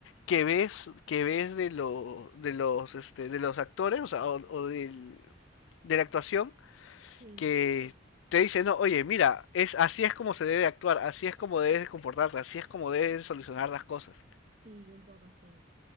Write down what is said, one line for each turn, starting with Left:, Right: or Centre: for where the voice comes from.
Left: que ves, que ves de lo, de los, este, de los actores, o sea, o, o del- de la actuación
Right: Sí,
Left: que te dice, no, oye, mira, es así es como se debe actuar, así es como debes de comportarte, así es como debes de solucionar las cosas.
Right: y un poco sí,